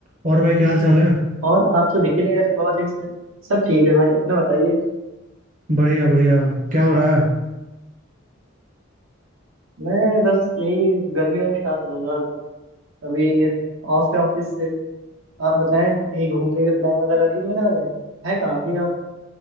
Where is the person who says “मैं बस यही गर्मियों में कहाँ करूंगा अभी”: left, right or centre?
Right